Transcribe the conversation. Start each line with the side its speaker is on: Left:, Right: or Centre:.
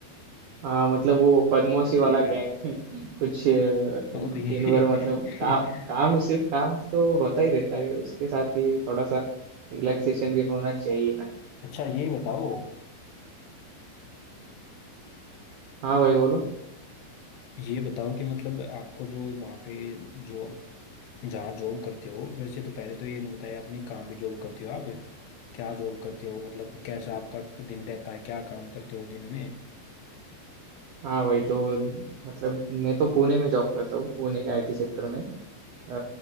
Right: हाँ मतलब वो बदमाशी
Left: वैसे
Right: वाला
Left: ही है।
Right: गैंग <laughs> कुछ अ,
Left: और ये
Right: दिन भर मतलब काम
Left: <laughs>
Right: काम सिर्फ काम तो होता ही रहता है उसके साथ ही थोड़ा सा रिलैक्सेशन भी होना चाहिए ना
Left: अच्छा ये बताओ
Right: हाँ भाई बोलो
Left: ये बताओ कि मतलब आपको जो वहाँ पे जो जहाँ जॉब करते हो वैसे तो पहले तो ये नहीं बताया आपने कहाँ भी जॉब करते हो आप क्या जॉब करते हो मतलब कैसा आपका दिन रहता है क्या काम करते हो दिन में
Right: हाँ भाई तो मतलब मैं तो पुणे में जॉब करता हूँ पुणे के आईटी सेक्टर में अ,